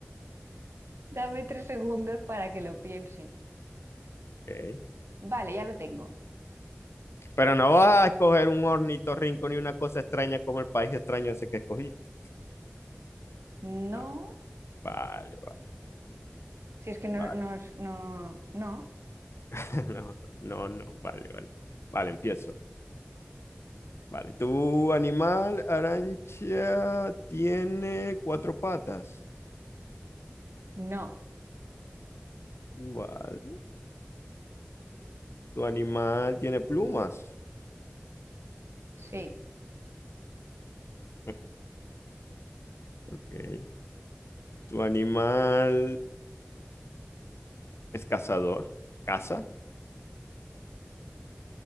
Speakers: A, on the right; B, on the left.
A: dame tres segundos para que lo piense.
B: Ok.
A: Vale, ya lo tengo.
B: Pero no vas a escoger un ornitorrinco ni una cosa extraña como el país extraño ese que escogiste.
A: No,
B: Va- Vale, vale,
A: si es que no,
B: vale.
A: no, es- no, no,
B: <laughs> No, no, no, vale, vale. Vale, empiezo. Vale, tu animal, Arancha, tiene cuatro patas.
A: no.
B: Vale. Tu animal tiene plumas.
A: Sí,
B: <laughs> Ok. Tu animal ¿Es cazador? ¿Caza? <laughs>